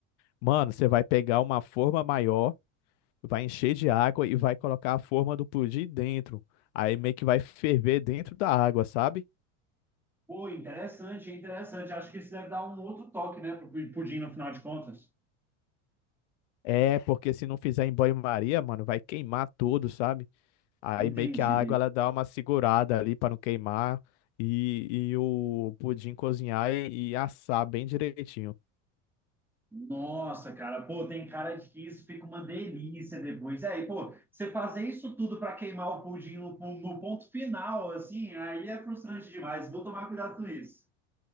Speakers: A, on the left; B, in the centre.
A: Mano, você vai pegar uma forma maior, vai encher de água e vai colocar a forma do pudim dentro. Aí meio que vai ferver dentro da água, sabe?
B: Pô, interessante, interessante. Acho que isso deve dar um outro toque, né, pro pudim no final de contas.
A: É, porque se não fizer em banho-maria, mano, vai queimar tudo, sabe? Aí
B: Entendi.
A: meio que a água ela dá uma segurada ali pra não queimar e, e o pudim cozinhar e, e assar bem direitinho.
B: Nossa, cara, pô, tem cara de que isso fica uma delícia depois. É, e, pô, você fazer isso tudo para queimar o pudim no, pu- no ponto final, assim, aí é frustrante demais. Vou tomar cuidado com isso.